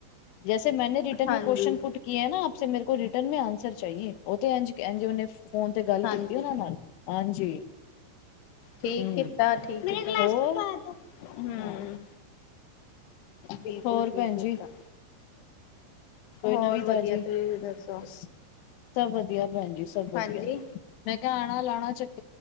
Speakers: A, on the left (about 85°); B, on the left (about 70°).
A: ਜੈਸੇ ਮੈਂਨੇ ਰਿਟਟਰਨੈਂ
B: ਹਾਂਜੀ
A: ਮੇਂ ਕੁਸ਼ਚਨ ਪੁੱਟ ਕਿਆ ਹੈ ਨਾ ਆਪ ਸੇ, ਮੇਰੇ ਕੋ ਰਿਟਟਰਨੈਂ ਮ ਚਾਹੀਏ ਉਹ ਤੇ ਇੰਝ ਉਹਨੇ ਫੋਨ ਤੇ ਗੱਲ
B: ਹਾਂਜੀ
A: ਕੀਤੀ ਉਹਨਾਂ ਨਾਲ। ਹਾਂਜੀ।
B: ਠੀਕ
A: ਹੂੰ
B: ਕੀਤਾ, ਠੀਕ ਕੀਤਾ।
A: ਹੋਰ
B: ਹਮ।
A: ਹਾਂ
B: ਬਿਲਕੁਲ
A: ਹੋਰ
B: ਠੀਕ
A: ਭੈਣ
B: ਕੀਤਾ।
A: ਜੀ ਕੋਈ
B: ਹੋਰ
A: ਨਵੀਂ ਤਾਜ਼ੀ।
B: ਵਧੀਆ ਤੁਸੀਂ ਦੱਸੋ
A: ਸਭ ਵਧੀਆ ਭੈਣ ਜੀ ਸਭ ਵਧੀਆ,
B: ਹਾਂਜੀ
A: ਮੈਂ ਕਿਹਾ ਆਉਣਾ ਲਾਉਣਾ ਚੱਕਰ।